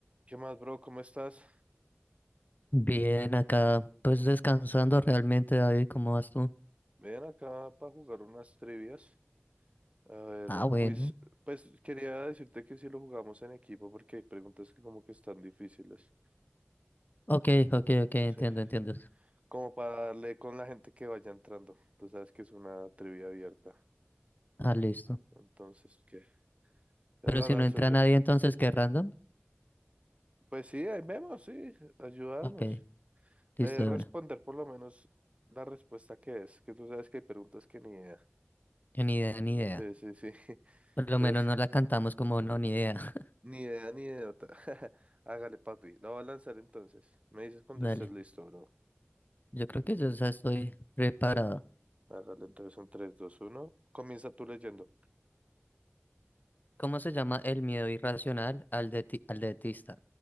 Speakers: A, on the right (about 30°); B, on the left (about 45°).
A: ¿Qué más, bro? ¿Cómo estás?
B: Bien, acá pues descansando realmente, David, ¿cómo vas tú?
A: Ven acá para jugar unas trivias. A ver,
B: Ah,
A: un
B: bueno.
A: quiz. Pues quería decirte que si lo jugamos en equipo porque hay preguntas que como que están difíciles.
B: Ok, ok, ok, entiendo,
A: Sí,
B: entiendo.
A: como para darle con la gente que vaya entrando. Tú sabes que es una trivia abierta.
B: Ah, listo.
A: Entonces, ¿qué? Ya
B: Pero
A: la
B: si
A: lanzo
B: no entra
A: yo.
B: nadie, entonces, ¿qué random?
A: Pues sí, ahí vemos, sí, ayudarnos.
B: Ok, listo
A: Le de
B: de
A: responder
B: una.
A: por lo menos la respuesta que es, que tú sabes que hay preguntas que ni idea.
B: Ni idea, ni idea.
A: Sí, sí, sí. <laughs>
B: Por lo
A: Entonces,
B: menos no la cantamos como no, ni idea.
A: Ni idea, ni idiota. <laughs> Hágale, papi. La voy a lanzar entonces. Me dices cuando
B: <laughs> Dale.
A: estés listo, bro.
B: Yo creo que yo ya estoy preparado.
A: Hágale entonces en tres dos uno Comienza tú leyendo.
B: ¿Cómo se llama el miedo irracional al, deti- al dentista?